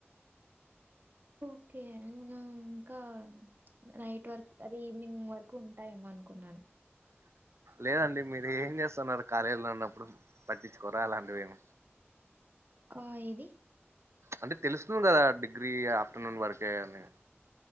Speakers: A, on the right (about 45°); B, on the right (about 80°).
A: ఓకే ఇంగా ఇంకా నైట్ వరకు అదే ఈవినింగ్ వరకు ఉంటాయేమో అనుకున్నాను
B: లేదండి మీరు ఏం చేస్తన్నారు కాలేజీలో ఉన్నప్పుడు పట్టించుకోరా అలాంటివేం
A: ఆ ఏది
B: అంటే తెలుస్తుంది కదా డిగ్రీ ఆఫ్టర్నూన్ వరకే అని